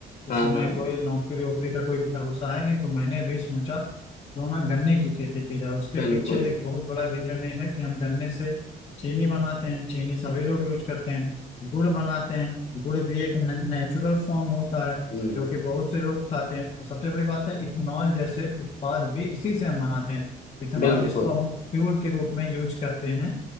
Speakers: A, on the left; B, on the left.
A: इस
B: हाँ
A: समय
B: हाँ
A: कोई नौकरी वोकरी का कोई भरोसा है नहीं तो मैंने भी सोचा क्यों ना गन्ने की खेती की जाए उसके
B: बिल्कुल
A: पीछे एक बहुत बड़ा रीजन ये है कि हम गन्ने से चीनी बनाते हैं चीनी सभी लोग यूज करते हैं गुड़ बनाते हैं गुड़ भी एक नेचुरल फॉर्म होता है
B: हम्म
A: जो कि बहुत से लोग खाते हैं और सबसे बड़ी बात है इथेनॉल जैसे उत्पाद भी इसी से हम बनाते हैं इथेनॉल
B: बिल्कुल
A: जिसको हम फ्यूल के रूप में यूज करते हैं